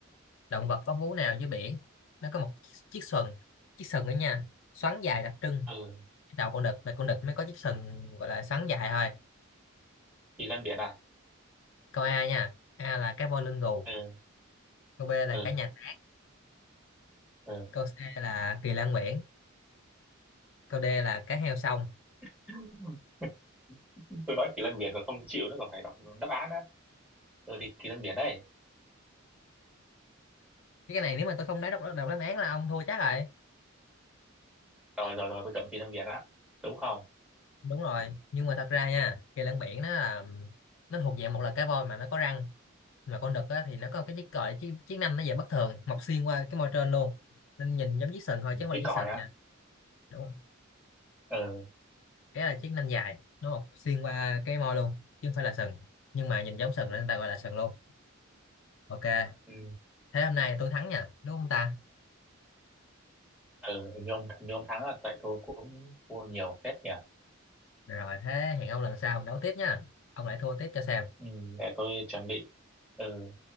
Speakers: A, on the left (about 65°); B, in the centre.
A: động vật có vú nào dưới biển nó có một chiếc chiếc sừng chiếc sừng đó nha xoắn dài đặc trưng
B: ừ
A: đầu con đực là con đực mới có chiếc sừng gọi là sắn dài thôi
B: kỳ lân biển à
A: câu A nha A là cá voi lưng gù
B: ừ
A: câu B là
B: ừ
A: cá nhà táng
B: ừ
A: câu C là kỳ lan nguyễn câu D là cá heo sông
B: <laughs> tôi nói kỳ lân biển rồi không chịu nữa còn phải đọc đáp án á ừ thì kỳ lân biển đây
A: cái này nếu mà tôi không nói đọc đọc đáp án là ông thua chắc rồi
B: rồi rồi rồi tôi chọn kỳ lân biển á đúng không
A: đúng rồi nhưng mà thật ra nha kỳ lân biển nó là nó thuộc dạng một là cá voi mà nó có răng mà con đực á, thì nó có cái chiếc còi chiếc, chiếc nanh nó dạng bất thường mọc xuyên qua cái môi trên luôn nên nhìn giống chiếc sừng thôi chứ không
B: chiếc
A: phải là chiếc
B: còi
A: sừng
B: á
A: nha đúng
B: ừ
A: cái là chiếc nanh dài nó mọc xuyên qua cái môi luôn chứ không phải là sừng nhưng mà nhìn giống sừng nên người ta gọi là sừng luôn ok
B: ừ
A: thế hôm nay tôi thắng nha đúng không ta
B: ừ hình như ông hình như ông thắng rồi tại tôi cũng thua nhiều phết nhỉ
A: rồi thế hẹn ông lần sau đấu tiếp nha ông lại thua tiếp cho xem
B: ừ để tôi chuẩn bị ừ